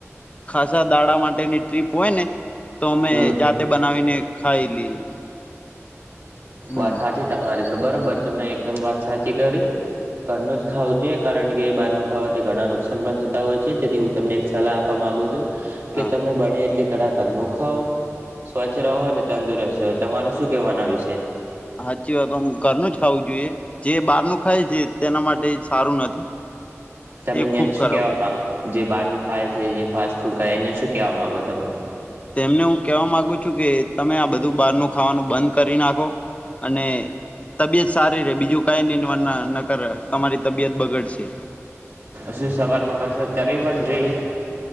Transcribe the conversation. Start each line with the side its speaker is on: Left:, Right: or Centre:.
Left: ખાસા દાડા માટેની ટ્રીપ હોય ને તો અમે
Right: હમ
Left: જાતે બનાવીને ખાઈ લઈએ હમ
Right: વાત સાચી તમારી તો બરોબર તમે એકદમ વાત સાચી કરી ઘરનું જ ખાવું જોઈએ કારણ કે બાર ન ખાવાથી ઘણા નુકસાન પણ થતા હોય છે, તેથી હું તમને એક સલાહ આપ આપ ગુ છો કે
Left: હા
Right: તમે બ ટલી કડાકા ન ખાવ સ્વચ્છ રહો અને તંદુરસ્ત રહો તમારું શું કહેવાના વિશેય
Left: સાચી વાતમ ઘરનું જ ખાવું જોઈએ જે બહાર નું ખાય છે. તેના માટે સારું નથી
Right: તમે
Left: એ
Right: અયા
Left: ખૂબ
Right: શું
Left: ખરાબ
Right: કેહેવા માંગો જે બારનું ખાય છે, જે ફાસ્ટ ફૂડ ખાય અયા શું કેહેવા માંગો તમે
Left: તેમને હું કહેવા માંગુ છું કે તમે આ બધું બહારનું ખાવાનું બંધ કરી નાખો અને તબિયત સારી રે બીજું કઈ ન ન કર તમારી તબિયત બગડશે
Right: છી સવારમાં કસત કરવી પણ જોઈએ